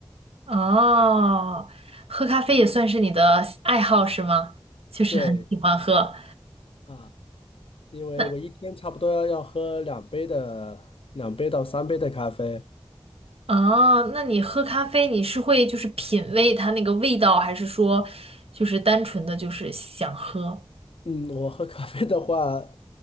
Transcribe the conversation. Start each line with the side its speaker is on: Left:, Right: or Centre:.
Right: 哦，喝咖啡也算是你的爱好是吗？就是很喜欢喝。
Left: 对啊，因为我一天差不多要要喝两杯的，
Right: 那
Left: 两杯到三杯的咖啡。
Right: 哦，那你喝咖啡，你是会就是品味它那个味道，还是说就是单纯的就是想喝？
Left: 嗯，我喝咖啡的话，